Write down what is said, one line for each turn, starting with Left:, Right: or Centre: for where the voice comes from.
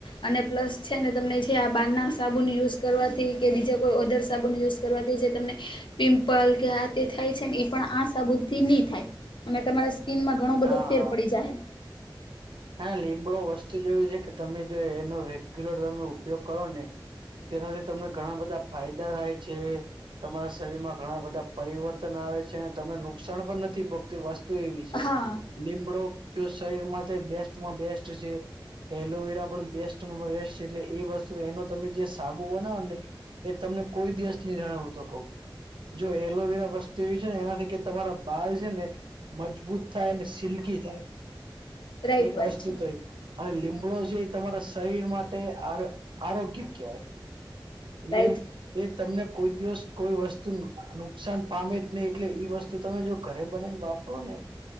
Left: અને પ્લસ છે ને તમને છે આ બાર ના સાબુન યુઝ કરવાથી કે બીજા કોઈ ઓધર સાબુન યુઝ કરવાથી જે તમને પિમ્પલ કે આ તે થાય છે ને એ પણ આ સાબુથી ની થાય અને તમારા સ્કીિનમાં ઘણો બધો
Right: હા
Left: ફેર પડી જાહે.
Right: હા લીમડો વસ્તુ જેવી છે કે તમે જો એનો રેગ્યુલર તમે ઉપયોગ કરો ને તેનાથી તમને ઘણા બધા ફાયદા થાય છે. તમારા શરીર માં ઘણા બધા પરિવર્તન આવે છે તમે નુકસાન પણ નથી પોગતી વસ્ વસ્તુ એવી છે
Left: હા
Right: લીમડો જો શરીર માટે બેસ્ટમાં બેસ્ટ છે. એલોવેરા પણ બેસ્ટમાં બેસ્ટ એટલે એ વસ્તુ એનો તમે જે સાબુ બનાવો ને એ તમને કોઈ દિવસ ન જણાવવ તો કહું જો એલોવેરા વસ્તુ એવી છે ને એનાથી કે તમારા બાલ છેને. મજબૂત થાય ને સિલ્કી થાય
Left: રાઈટ
Right: એક
Left: વાત
Right: વસ્તુ
Left: છે.
Right: તો એ અને લીમડો જે તમારા શરીર માટે આ આરોગ્ય કહેવાય એટલે
Left: રાઈટ
Right: એ તમને કોઈ દિવસ કોઈ વસ્તુ નુકસાન પામે જ નહીિ એટલે ઈ વસ્તુ તમે જો ઘરે બનાને વાપરો ને